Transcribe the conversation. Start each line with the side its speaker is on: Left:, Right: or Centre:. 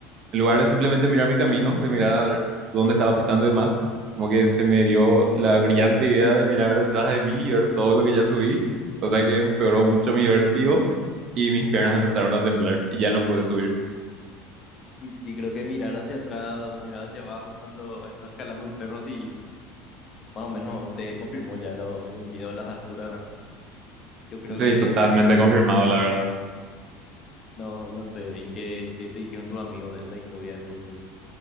Right: en lugar de simplemente mirar mi camino, de mirar dónde estaba pisando y demás, como que se me dio la brillante idea de mirar detrás de mí y ver todo lo que ya subí, o sea que empeoró mucho mi vértigo y mis piernas empezaron a temblar y ya no pude subir.
Left: Y sí, creo que mirar hacia atrás o mirar hacia abajo cuando estás escalando un cerro, sí, más o menos te confirmó ya lo del miedo a las alturas, ¿verdad? Yo creo
Right: Sí,
Left: que,
Right: totalmente confirmado, la verdad.
Left: no, no sé, ¿y qué, qué te dijeron tus amigos de esa historia después?